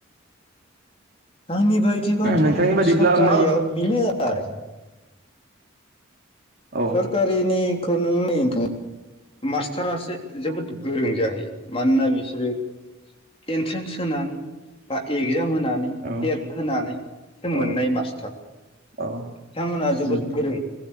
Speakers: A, on the left; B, on the right.
A: आंनि बायदिबाथ
B: नोंथांनि बायदिब्ला
A: सरकारियाव
B: मा
A: बेनो आरो
B: ओ
A: सरकारिनि खौ नायनो थाङोब्ला मास्टारासो जोबोद गोरों जाहैयो मानोना बिसोरो एन्ट्रेन्स होनानै बा एगजाम हो नानै
B: औ
A: टेट होनानै मोननाय
B: औ
A: मास्टार
B: औ
A: बिथांमोना जोबोद
B: उम
A: गोरों